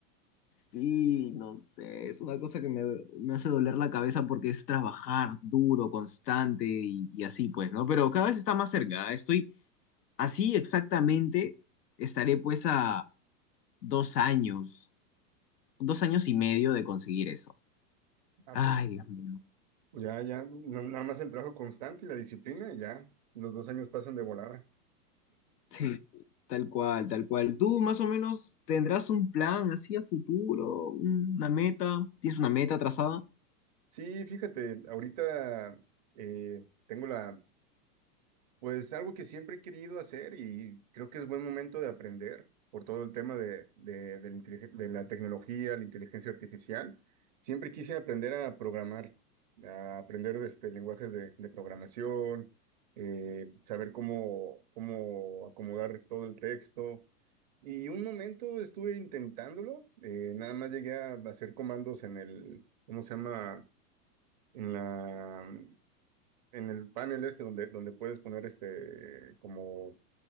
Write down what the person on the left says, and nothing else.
Sí, no sé, es una cosa que me, me hace doler la cabeza porque es trabajar duro, constante y, y así pues, ¿no? Pero cada vez está más cerca, estoy así exactamente, estaré pues a dos años, dos años y medio de conseguir eso.
Ay,
Dios mío.
Sí, tal cual, tal cual. ¿Tú más o menos tendrás un plan así a futuro, una meta? ¿Tienes una meta trazada?